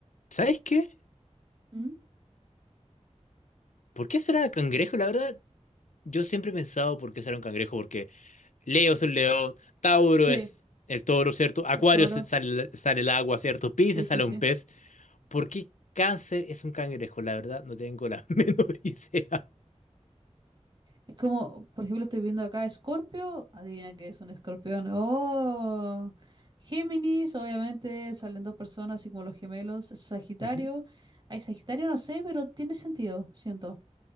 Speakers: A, on the left (about 80°); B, on the right (about 40°).
A: ¿sabes qué?
B: ¿Mm?
A: ¿Por qué será cangrejo? La verdad, yo siempre he pensado por qué será un cangrejo, porque Leo es un león, Tauro
B: Sí,
A: es el toro, ¿cierto? Acuario
B: es toro.
A: se- sale, sale el agua, ¿cierto? Piscis
B: Sí, sí,
A: sale
B: sí.
A: un pez. ¿Por qué cáncer es un cangrejo? La verdad, no tengo la <laughs> menor idea.
B: Es como, por ejemplo, estoy viendo acá Escorpio. Adivina qué es un escorpión. ¡Oh! Géminis, obviamente, salen dos personas, así como los gemelos. Sagitario.
A: Ujú,
B: Ay, Sagitario no sé, pero tiene sentido, siento.